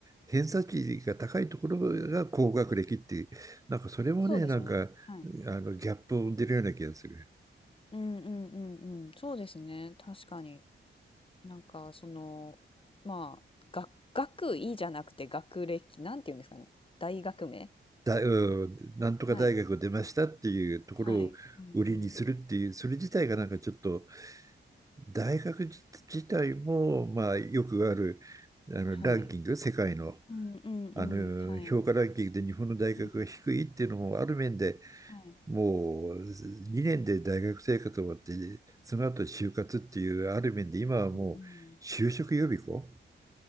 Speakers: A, on the right (about 15°); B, on the left (about 25°).
A: 偏差値が高いところが高学歴っていうなんかそれもねなんかあ
B: そうですね。はい。
A: のギャップを生んでるような気がする。
B: うんうんうんうん。そうですね、確かに。なんかその、まあ、学学位じゃなくて学歴、なんて言うんですかね、大学名？
A: だ、うん、なんとか大学を出ましたっていうところを売りにするっていう、
B: はい。はい。うんうん。
A: それ自体がなんかちょっと、大学自自体も、まあ、よくある、あの、
B: はい。
A: ランキング、世界の、
B: うんうんうん。
A: あの、
B: はい。
A: 評価ランキングで日本の大学が低いっていうのも、
B: うん。
A: ある面で
B: はい。
A: もう2年で大学生活終わって、その後就活っていう、ある面で今はもう就職予備校
B: うん、うん。